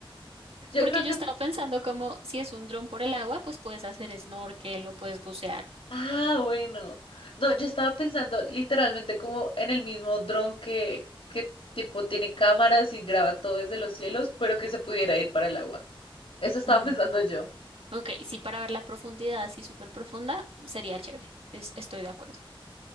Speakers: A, on the left; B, on the right.
A: Yo
B: Porque
A: creo
B: yo
A: que...
B: estaba pensando como si es un dron por el agua, pues puedes hacer snorkel o puedes bucear.
A: Ah, bueno. No, yo estaba pensando literalmente como en el mismo dron que, que tipo tiene cámaras y graba todo desde los cielos, pero que se pudiera ir para el agua. Eso
B: Ujú.
A: estaba pensando yo.
B: Ok, sí, para ver la profundidad así súper profunda, sería chévere. Es- estoy de acuerdo.